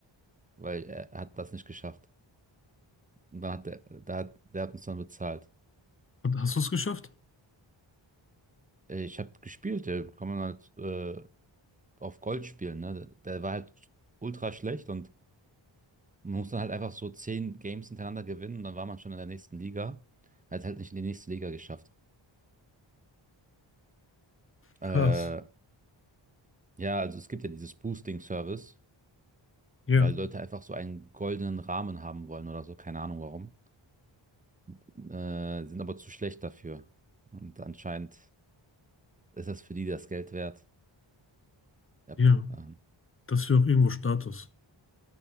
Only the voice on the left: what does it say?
<laughs> Und hast du es geschafft?
Krass.
Ja.
Ja.
Das ist ja auch irgendwo Status.